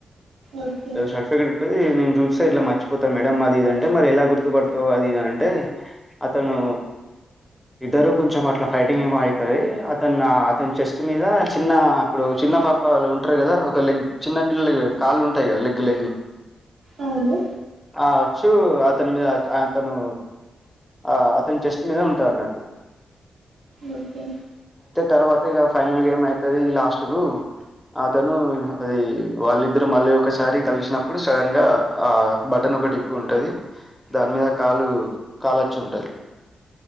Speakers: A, on the right (about 75°); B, in the centre.
A: ఓకే
B: సర్టిఫికేట్ ఉంటది నేను చూస్తే ఇట్లా మర్చిపోతాను మేడం అది ఇది అంటే మరి ఎలా గుర్త్ గుర్తుపడుతవ్ అది ఇది అంటే అతను ఇద్దరు కొంచెం అట్లా ఫైటింగ్ ఏమో ఐతది అతను అతని చెస్ట్ మీద చిన్న అప్పుడు చిన్న పాపలు ఉంటారు కదా ఒక లెగ్ చిన్న పిల్లల కాళ్ళు ఉంటాయి కద లగ్ లెగ్
A: అవును
B: ఆ అచ్చు అతని మీద ఆ తను ఆ అతను చెస్ట్ మీద ఉంటాదన్నట్టు
A: ఒకే
B: తర్వాత ఇగ ఫైనల్ గ ఎం అయితది లాస్ట్ కు అతను అది వాళ్ళిద్దరు మళ్ళీ ఒకసారి కలిసినప్పుడు సడన్ గా ఆ బటన్ ఒకటి ఇప్పుంటది దాని మీద కాలచ్చుంటది